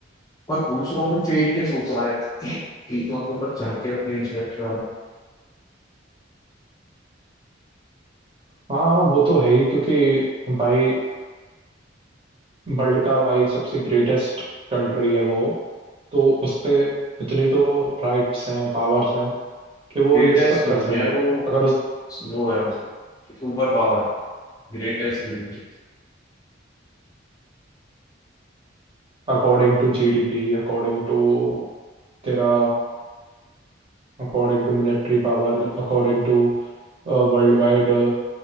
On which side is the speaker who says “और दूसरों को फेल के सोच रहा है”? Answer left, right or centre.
Left